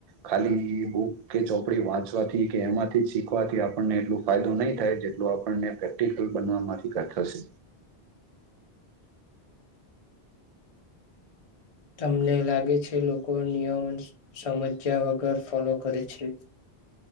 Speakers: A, on the right; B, on the left.
A: ખાલી બુક કે ચોપડી વાંચવાથી કે એમાંથી શીખવાથી આપણને એટલું ફાયદો નહી થાય છે જો આપણને પ્રેક્ટિકલ બનવાવા માંથી કાઈ થશે.
B: તમને લાગે છે લોકો નિયમ સમજ્યા વગર ફોલો કરે છે?